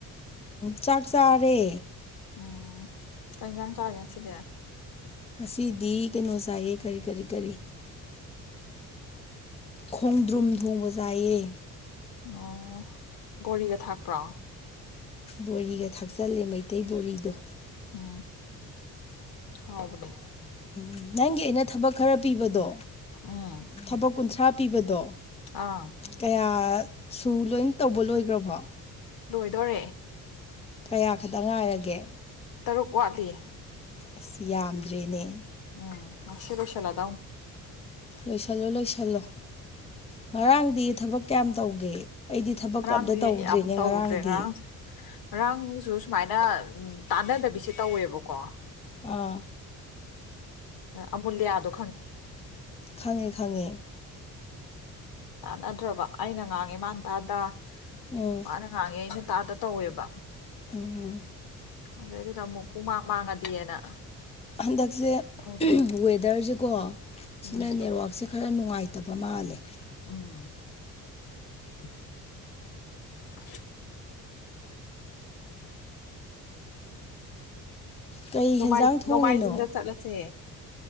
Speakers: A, on the left; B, on the left.
A: ꯆꯥꯛ ꯆꯥꯔꯦ
B: ꯎꯝ ꯀꯩꯟꯖꯥꯡ ꯆꯥꯒꯦ ꯁꯤꯗꯤ
A: ꯉꯗꯤ ꯀꯩꯅꯣ ꯆꯥꯏꯌꯦ ꯀꯔꯤ ꯀꯔꯤ ꯀꯔꯤ ꯈꯣꯡꯗ꯭ꯔꯨꯝ ꯊꯣꯡꯕ ꯆꯥꯏꯌꯦ
B: ꯑꯣ ꯕꯣꯔꯤꯒ ꯊꯥꯛꯄ꯭ꯔꯣ
A: ꯕꯣꯔꯤꯒ ꯊꯥꯛꯆꯜꯂꯦ ꯃꯩꯇꯩ ꯕꯣꯔꯤꯗꯣ
B: ꯎꯝ ꯍꯥꯎꯕꯅꯦ
A: ꯎ ꯅꯪꯒꯤ ꯑꯩꯅ ꯊꯕꯛ ꯈꯔ ꯄꯤꯕꯗꯣ
B: ꯎꯝ
A: ꯊꯕꯛ ꯀꯨꯟꯊ꯭ꯔꯥ ꯄꯤꯕꯗꯣ
B: ꯑꯥ
A: ꯀꯌꯥ ꯁꯨ ꯂꯣꯏ ꯇꯧꯕ ꯂꯣꯏꯈ꯭ꯔꯕꯣ
B: ꯂꯣꯏꯗꯣꯔꯦ
A: ꯀꯌꯥ ꯈꯛꯇ ꯉꯥꯏꯔꯒꯦ
B: ꯇꯔꯨꯛ ꯋꯥꯠꯂꯤ
A: ꯑꯁ ꯌꯥꯝꯗ꯭ꯔꯦꯅꯦ
B: ꯎꯝ ꯉꯁꯤ ꯂꯣꯏꯁꯤꯜꯂꯗꯧꯅꯤ
A: ꯂꯣꯏꯁꯤꯜꯂꯣ ꯂꯣꯏꯁꯤꯜꯂꯣ ꯉꯔꯥꯡꯗꯤ ꯊꯕꯛ ꯀꯌꯥꯝ ꯇꯧꯒꯦ ꯑꯩꯗꯤ ꯊꯕꯛ
B: ꯉꯔꯥꯡꯗꯤ
A: ꯑꯝꯇ ꯇꯧꯗ꯭ꯔꯦꯅꯦ
B: ꯌꯥꯝ ꯇꯧꯗ꯭ꯔꯦ
A: ꯉꯔꯥꯡꯗꯤ
B: ꯉꯔꯥꯡꯁꯦ ꯉꯔꯥꯡꯁꯨ ꯁꯨꯃꯥꯏꯅ ꯇꯥꯟꯅꯗꯕꯤꯁꯦ ꯇꯧꯋꯦꯕꯀꯣ
A: ꯑꯥ
B: ꯑꯃꯨꯂ ꯑ ꯑꯗꯨ
A: ꯈꯉꯦ ꯈꯉꯦ
B: ꯆꯥꯟꯅꯗ꯭ꯔꯕ ꯑꯩꯅ ꯉꯥꯡꯉꯤꯃꯥꯟꯇꯥꯗ
A: ꯎꯝ
B: ꯋꯥꯅ ꯉꯥꯡꯉꯦ ꯑꯩꯅ ꯇꯥꯗ ꯇꯧꯋꯦꯕ
A: ꯎꯝ
B: ꯑꯗꯩꯗꯨꯗ ꯑꯃꯨꯛ ꯄꯨꯡꯃꯥꯡ ꯃꯥꯡꯉꯗꯤꯅ
A: ꯍꯟꯗꯛꯁꯦ
B: ꯇꯧꯗ꯭ꯔꯦ
A: ꯋꯦꯥ ꯗꯔꯁꯦꯀꯣ ꯁꯤꯅ
B: ꯎꯝ
A: ꯅꯦꯠꯋꯥꯛꯁꯦ ꯈꯔ ꯅꯨꯡꯉꯥꯏꯇꯕ ꯃꯥꯜꯂꯦ <inaudible>
B: ꯎꯝ <inaudible> <inaudible>
A: ꯀꯩ
B: ꯅꯣꯡꯃꯥꯏ
A: ꯌꯦꯟꯖꯥꯡ ꯊꯣꯡꯉꯤꯅꯣ
B: ꯅꯣꯡꯃꯥꯏꯖꯤꯡꯗ ꯆꯠꯂꯁꯦ